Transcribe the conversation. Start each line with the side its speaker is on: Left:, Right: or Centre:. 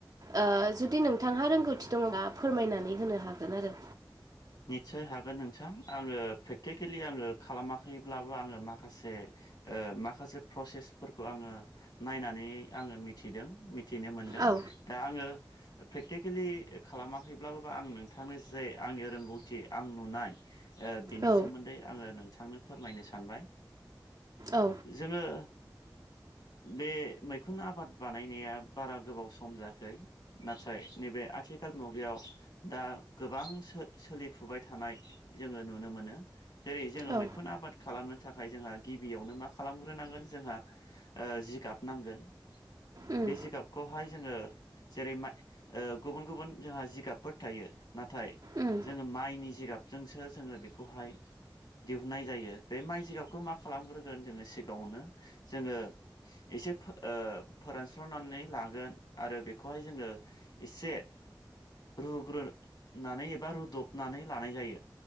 Right: ओ जुदि नोंथांहा रोंगौथि दङोब्ला फोरमायनानै होनो हागोन आरो।
Left: निसय हागोन नोंथां आङो प्रेक्टिकेलि आङो खालामाखैब्लाबो आङो माखासे। ओ माखासे प्रसेसफोरखौ आङो नायनानै आङो थिदों मिथिनो मोनदों।
Right: औ
Left: दा आङो प्रेक्टिकेलि खालामाखैब्लाबो बा आं नोंथांनि जे आंनि <unintelligible> गौथि आं नुनाय ओ बिनि
Right: औ
Left: सोमोन्दै आङो नोंथांनो फोरमायनो सानबाय।
Right: औ
Left: जोङो। बे मैखुन आबाद बानायनाया बारा गोबाव सम जायाखै। नाथाय नैबे आथिखाल मुगायाव दा गोबां सो-सोलिफुबाय थानाय। जोङो नुनो मोनो। जेरै जोङो
Right: औ
Left: मैखुन आबाद खालामनो थाखाय जोंहा गिबियावनो मा खालामग्रोनांगोन जोंहा। ओ जिगाब नांगोन
Right: उम
Left: बे जिगाब। खौहाय जोङो जेरै माइ ओ गुबुन गुबुन जोंहा जिगाबफोर थायो नाथाय।
Right: उम
Left: जोङो माइनि जिगाबजोंसो जोङो बेखौहाय। दिहुननाय जायो बे माइ जिगाबखौ मा खालामग्रोगोन जोङो सिगाङावनो जोङो। एसे फोर ओ फोरानस्र'नानै लागोन आरो बेखौहाय जोङो एसे रुग्रोनानै एबा रुदबनानै लानाय जायो।